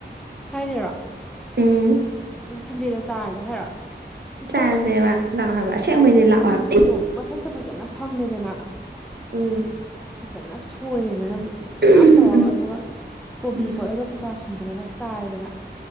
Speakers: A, in the centre; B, on the right (about 65°).
A: ꯐ꯭ꯔꯥꯏꯗꯦꯔꯣ
B: ꯎꯝ
A: ꯁꯟꯗꯦꯗ ꯆꯥꯔꯁꯦ ꯍꯥꯏꯔꯣ
B: <inaudible>
A: ꯍꯦꯛꯇ
B: ꯆꯥꯁꯦꯕ ꯂꯥꯛꯑꯣ ꯍꯥꯏꯕꯁꯦꯡꯕꯅꯦ
A: ꯃꯊꯛꯇ
B: ꯂꯥꯛꯑꯣ
A: ꯁꯤꯡꯖꯨꯗꯣ
B: ꯍꯥꯏꯕ
A: ꯃꯊꯛꯇ ꯐꯖꯅ ꯐꯝꯃꯦꯗꯅ
B: ꯎꯝ
A: ꯐꯖꯅ ꯁꯣꯏꯔꯦꯗꯅ
B: ꯎꯝ
A: ꯃꯌꯥꯝ ꯇꯧꯔꯒ ꯑꯗꯨꯒ ꯀꯣꯕꯤ
B: ꯎꯝ
A: ꯀꯣꯠꯂꯒ ꯆꯝꯄ꯭ꯔꯥ ꯁꯨꯝꯖꯤꯜꯂꯒ ꯁꯥꯔꯁꯤꯔ